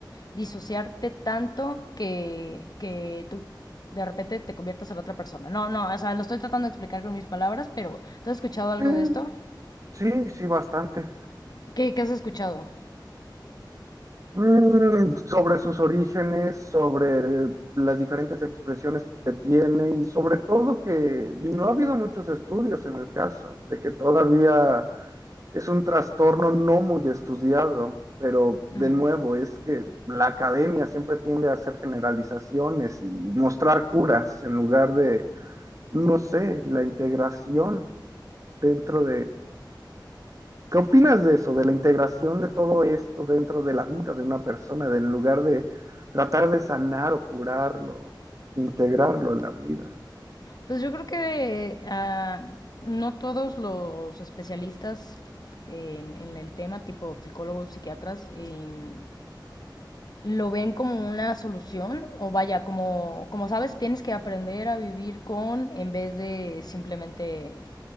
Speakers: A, on the left; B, on the right.
A: disociarte tanto que, que tú de repente te conviertas en otra persona. No, no, o sea, lo estoy tratando de explicar con mis palabras, pero ¿tú has escuchado algo
B: sí,
A: de esto?
B: sí, sí, bastante.
A: ¿Qué, qué has escuchado?
B: Mm, sobre sus orígenes, sobre eh, las diferentes expresiones que tiene y sobre todo que no ha habido muchos estudios en el caso, de que todavía es un trastorno no muy estudiado, pero de
A: Ujú.
B: nuevo es que la academia siempre tiende a hacer generalizaciones y mostrar curas en lugar de, no sé, la integración dentro ¿Qué opinas de eso, de la integración de todo esto dentro de la vida de una persona, de en lugar de tratar de sanar o curarlo, integrarlo en la vida?
A: Pues yo creo que ah, no todos los especialistas en, en el tema, tipo psicólogos, psiquiatras, em, lo ven como una solución o vaya, como, como sabes, tienes que aprender a vivir con en vez de simplemente,